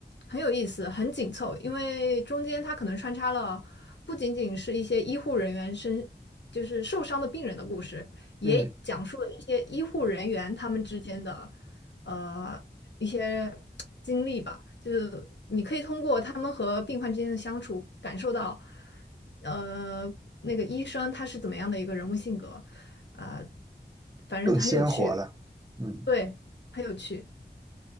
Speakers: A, on the left; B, on the right.
A: 很有意思，很紧凑，因为中间他可能穿插了不仅仅是一些医护人员身。就是受伤的病人的故事，也讲述了一些医护人员他们之间的
B: 嗯，
A: 呃一些经历吧，就是你可以通过他们和病患之间的相处，感受到，呃，那个医生他是怎么样的一个人物性格，啊、反正很有趣，
B: 更鲜活了。嗯，
A: 对，很有趣。